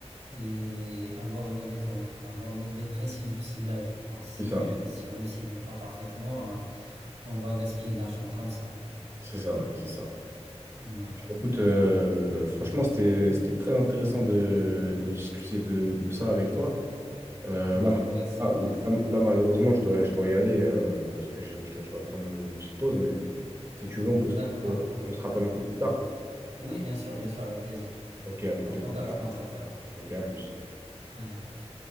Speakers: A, on the right; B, on the right.
A: et avoir une idée donc avoir une idée précise du ciblage. Donc si
B: c'est ça,
A: euh, si on ne cible pas parfaitement, euh, on va gaspiller de l'argent comme ça.
B: c'est ça, ouais, c'est ça.
A: Ouais.
B: Écoute, euh,
A: Donc
B: franchement, c'était, c'était très intéressant de, de discuter de, de ça avec toi. Euh,
A: euh, ouais,
B: là, ma-
A: ouais, c'est
B: ah,
A: vrai.
B: là, là- là, malheureusement, je dois, je dois y aller euh, parce que j'ai- je dois, je dois prendre une petite pause. Mais si tu veux, on
A: D'accord.
B: peut se, on se rappelle un peu plus tard.
A: Oui, bien sûr, bien sûr, avec plaisir.
B: Ok, avec
A: Donc
B: plaisir.
A: on garde
B: Voilà.
A: contact alors.
B: Ok, à plus.
A: Allez, à plus.